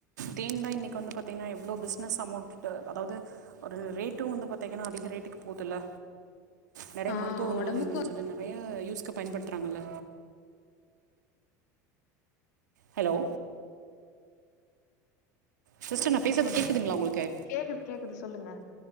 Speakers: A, on the right (about 85°); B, on the left (about 75°).
A: தேன்தா இன்னைக்கி வந்து பாத்தீங்கன்னா எவ்வளவு பிசினஸ் அமௌண்ட் அதாவது ஒரு ரேட்டு வந்து பாத்தீங்கன்னா அதிக ரேட்டுக்கு போதுல்ல நெறைய
B: ஆ
A: மருத்துவ குணங்கள்
B: ஒடம்புக்கு
A: நிகஞ்சது நெறைய யூஸ்க்கு பயன்படுத்துறாங்கல ஹலோ சிஸ்டர் நா பேசறது
B: அதான்.
A: கேக்குதுங்களா உங்களுக்கு
B: கேக்குது, கேக்குது சொல்லுங்க.